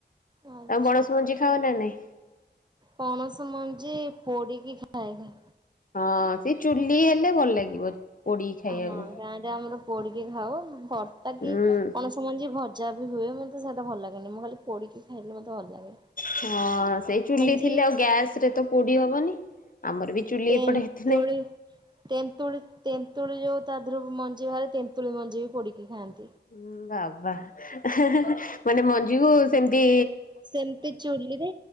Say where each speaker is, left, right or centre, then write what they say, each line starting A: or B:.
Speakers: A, on the right; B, on the left.
A: ଆଚ୍ଛା
B: ତାମ ବଣସ ମଞ୍ଜି ଖାଅ ନା ନାଇଁ
A: ପଣସ ମଞ୍ଜି ପୋଡିକି ଖାଏ ଖ।
B: ହଁ ସେ ଚୁଲି ହେଲେ ଭଲ ଲାଗିବ ପୋଡିି ଖାଇବାକୁ
A: ହଁ ଗାଁରେ ଆମର ପୋଡିକି ଖାଉ ତାକି
B: ହୁଁ
A: ପଣସ ମଞ୍ଜି ଭଜା ହୁଏ ମତ ସେଟା ଭଲ ଲାଗେି ମୁଁ ଖଲି ପୋିକି ଖାଇଲେ ମତେ ଭଲ ଲାଗେି
B: ହଁ ସେଇ ଚୁଲି
A: ହଁ
B: ଥିଲେ ଆଉ ଗ୍ୟାସ ରେ ତ ପୋଡି ହବନି ଆମର ବି ଚୁଲି
A: ତେନ୍ତୁଳି
B: ଏପଟେ ଏତେ ନାହିଁ
A: ତେନ୍ତୁଳି ତେନ୍ତୁଳି ଯୋଉ ତା ଧହରୁ ମଞ୍ଜି ଭାରେ ତେନ୍ତୁଳି ମଞ୍ଜି ବି ପଡିକି ଖାଆନ୍ତି
B: ହୁଁ ଭାବ। ବା ମାନେ ମଞ୍ଜି କ ସେମିତି।
A: ସେମିତି ଚୁଲିରେ